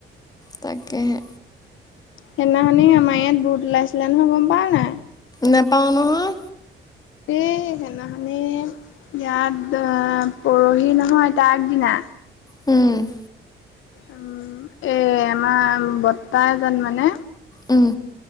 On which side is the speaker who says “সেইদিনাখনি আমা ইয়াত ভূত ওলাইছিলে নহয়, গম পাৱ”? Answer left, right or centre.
Left